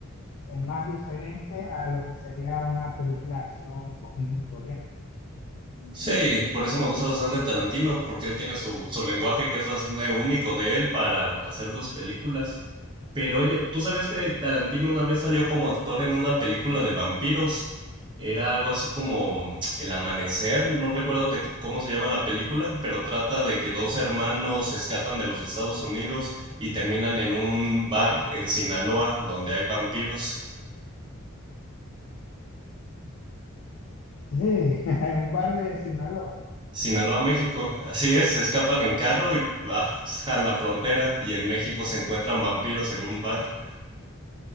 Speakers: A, on the left; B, on the right.
A: eh, más diferente a lo que sería una película de acción común y corriente.
B: Sí, por eso me gusta bastante Tarantino, porque él tiene su, su lenguaje que es bastante único de él para hacer sus películas. Pero oye, ¿tú sabías que Tarantino una vez salió como actor en una película de vampiros? Era algo así como <tsk> El Amanecer, no recuerdo de qué- cómo se llama la película, pero trata de que dos hermanos se escapan de los Estados Unidos y terminan en un bar en Sinaloa donde hay vampiros.
A: Sí, <laughs> en un bar de Sinaloa.
B: Sinaloa, México. Así es, se escapan en carro y bajan la frontera y en México se encuentran vampiros en un bar.